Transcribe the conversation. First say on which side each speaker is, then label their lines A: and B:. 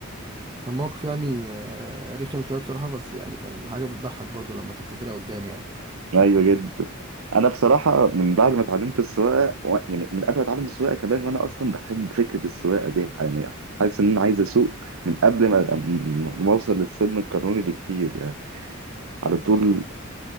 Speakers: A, on the right; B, on the right.
A: كان موقف يعني آه، رخم شوية بصراحة بس يعني كان حاجة بتضحك برضو لما تفتكرها قدام يعني
B: ايوه جدا انا بصراحة من بعد ما اتعلمت السواقة و... يعني من قبل ما اتعلم السواقة كمان وانا اصلا بحب فكرة السواقة دي يعني حاسس ان انا عايز اسوق من قبل ما ما اوصل للسن القانوني بكتير يعني على طول